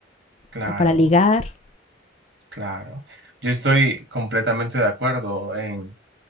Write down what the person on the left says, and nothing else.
o para ligar.